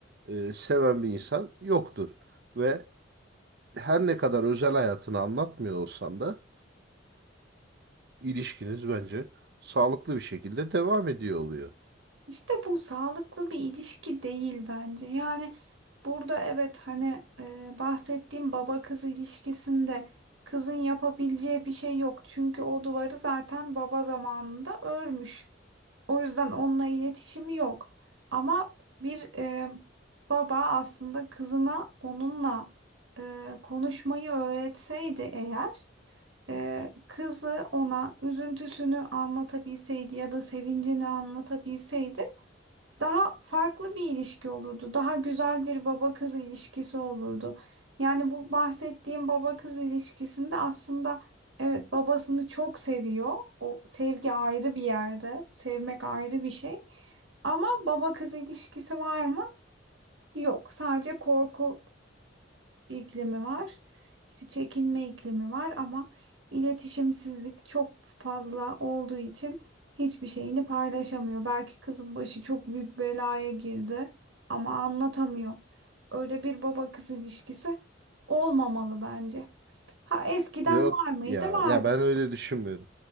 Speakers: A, on the right; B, on the right.
A: e, seven bir insan yoktur. Ve her ne kadar özel hayatını anlatmıyor olsan da ilişkiniz bence sağlıklı bir şekilde devam ediyor oluyor.
B: İşte bu sağlıklı bir ilişki değil bence. Yani burada evet hani e, bahsettiğim baba kız ilişkisinde kızın yapabileceği bir şey yok. Çünkü o duvarı zaten baba zamanında örmüş. O yüzden onunla iletişimi yok. Ama bir e, baba aslında kızına onunla e, konuşmayı öğretseydi eğer Ee, kızı ona üzüntüsünü anlatabilseydi ya da sevincini anlatabilseydi daha farklı bir ilişki olurdu. Daha güzel bir baba kız ilişkisi olurdu. Yani bu bahsettiğim baba kız ilişkisinde aslında evet babasını çok seviyor. O sevgi ayrı bir yerde. Sevmek ayrı bir şey. Ama baba kız ilişkisi var mı? Yok. Sadece korku iklimi var. İşte çekinme iklimi var ama iletişimsizlik çok fazla olduğu için hiçbir şeyini paylaşamıyor. Belki kızın başı çok büyük belaya girdi ama anlatamıyor. Öyle bir baba kız ilişkisi olmamalı bence. Ha eskiden
A: Yok
B: var mıydı?
A: ya
B: Vardı.
A: ya ben öyle düşünmüyorum.